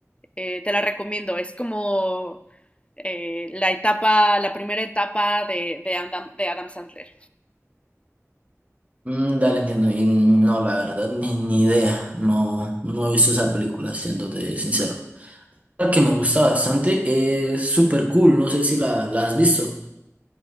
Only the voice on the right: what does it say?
Mm, dale, entiendo. Y no, la verdad, ni, ni idea. No, no he visto esa película, siéndote sincero. La que me gusta bastante es Super Cool, no sé si la, la has visto.